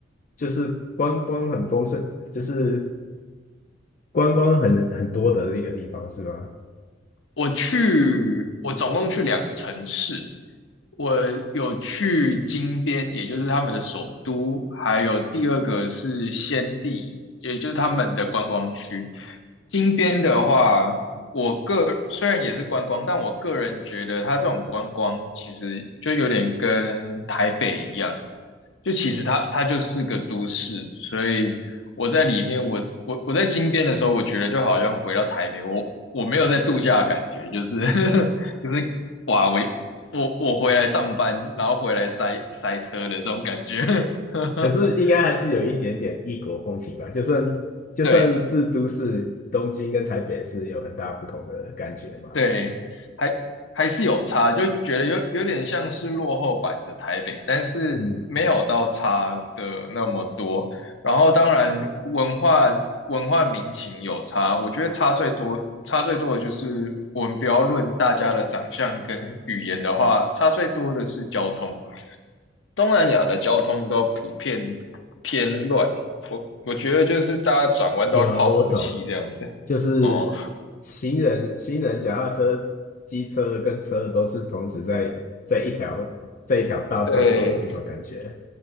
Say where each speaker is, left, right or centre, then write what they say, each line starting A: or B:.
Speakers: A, on the left; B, on the left.
A: 就是观光很丰盛，就是观光很很多的那个地方是吗？
B: 我去，我总共去两个城市，我有去金边，也就是他们的首都，还有第二个是暹粒，也就是他们的观光区。金边的话，我个虽然也是观光，但我个人觉得它这种观光其实就有点跟台北一样，就其实它它就是个都市，所以我在里面，我我我在金边的时候，我觉得就好像回到台北，我我没有在度假的感觉，就是 <laughs> 就是哇，我我我回来上班，然后回来塞塞车的这种感觉。<laughs>
A: 可是应该还是有一点点异国风情吧，就算就算是都市，
B: 对，
A: 东京跟台北是有很大不同的感觉嘛。
B: 对，还还是有差，就觉得有有点像是落后版的台北，但是没有到差的那么多。
A: 嗯，
B: 然后当然文化文化民情有差，我觉得差最多差最多的就是我们不要论大家的长相跟语言的话，差最多的是交通。东南亚的交通都普遍偏乱，我觉得就是大家转弯都要靠默契这样子。
A: 有，我懂，就是行人、
B: 哦，
A: 行人、脚踏车、机车跟车都是同时在在一条在一条道上走的那种感觉。
B: 对，